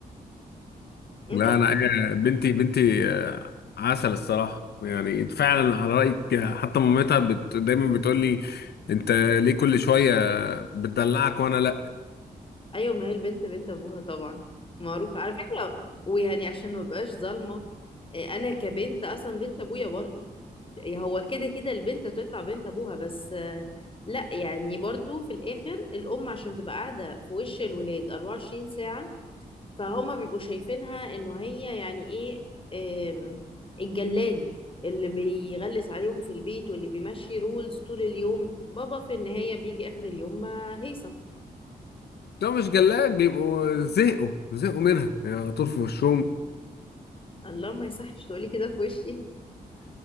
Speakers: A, on the left (about 30°); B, on the left (about 80°).
A: انتوا
B: لا انا أنا بنتي بنتي آه، عسل الصراحه يعني فعلا على رايك آه، حتى مامتها بت... دايما بتقول لي انت ليه كل شويه بتدلعك وانا لا
A: ايوه ما هي البنت بنت ابوها طبعا معروفه على فكره ويعني عشان ما بقاش ظالمه إيه، انا كبنت اصلا بنت ابويا برضو إيه، هو كده كده البنت تطلع بنت ابوها بس آه، لا يعني برضو في الاخر الام عشان تبقى قاعده في وش الولاد 24 ساعه فهما بيبقوا شايفينها انه هي يعني ايه آم، الجلاد اللي بيغلس عليهم في البيت واللي بيمشي رولز طول اليوم بابا في النهاية بيجي آخر اليوم ما هيصة
B: لو مش جلاك بيبقوا زهقوا زهقوا منها يعني على طول في وشهم
A: الله ما يصحش تقولي كده في وشي